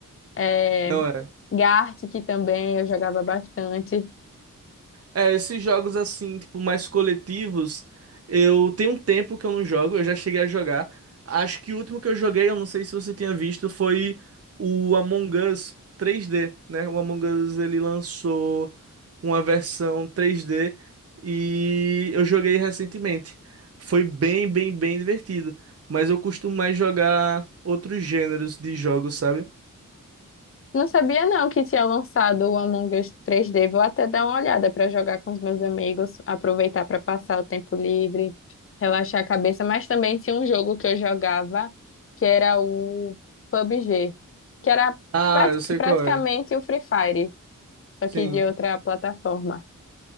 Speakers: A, on the left; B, on the right.
A: eh,
B: Não é.
A: Gartic também eu jogava bastante.
B: É, esses jogos assim, tipo, mais coletivos, eu tenho um tempo que eu não jogo, eu já cheguei a jogar. Acho que o último que eu joguei, eu não sei se você tinha visto, foi o Among Us 3D, né? O Among Us ele lançou uma versão 3D e eu joguei recentemente. Foi bem, bem, bem divertido, mas eu costumo mais jogar outros gêneros de jogos, sabe?
A: Não sabia não que tinha lançado o Among Us 3D. Vou até dar uma olhada para jogar com os meus amigos, aproveitar para passar o tempo livre, relaxar a cabeça. Mas também tinha um jogo que eu jogava, que era o PUBG, que era
B: Ah,
A: prati-
B: eu sei
A: praticamente
B: qual é.
A: o Free Fire, só
B: Sim.
A: que de outra plataforma.